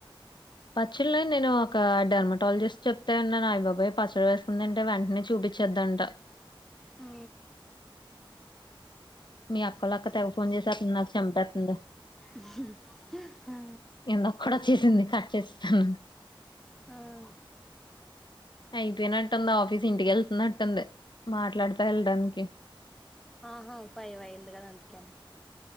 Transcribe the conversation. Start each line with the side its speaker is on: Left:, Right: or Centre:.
Left: పచ్చళ్ళు నేను ఒక డర్మటాలజిస్ట్ చెప్తే విన్నాను అయయ్ బాబొయ్ పచ్చడి వేసుకొని తింటె వెంట్నే చూపి చ్చొదంటా
Centre: ఆ
Left: మీ అక్కొలక్క తెగ ఫోన్ చేసేస్తుంది నాకు చంపేతుంది
Centre: ఉంహు ఆ
Left: ఇందాక్కుడ చేసింది కట్ చేసెసాను
Centre: ఆ
Left: అయిపోయినట్టుంది ఆఫీస్ ఇంటికి ఎళ్తున్నట్టుంది మాట్లాడత ఎళ్ళడానికి
Centre: ఆహా ఫైవ్ అయింది గదా అందుకే